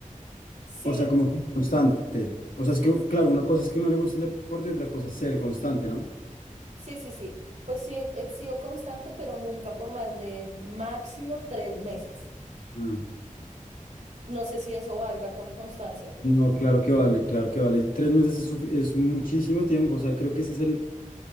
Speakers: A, on the right (about 60°); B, on the left (about 80°).
A: Sí,
B: O sea, como ser constante. O
A: sí,
B: sea, es que, claro, una cosa es que a uno le gusta el deporte y otra cosa es ser constante, ¿no?
A: Sí, sí, sí. Pues sí, he, he sido constante, pero nunca por más de máximo tres meses.
B: Mm.
A: No sé si eso valga como constancia, ¿tú
B: No,
A: qué piensas?
B: claro que vale, claro que vale. Tres meses es, sufi- es muchísimo tiempo, o sea, creo que ese es el...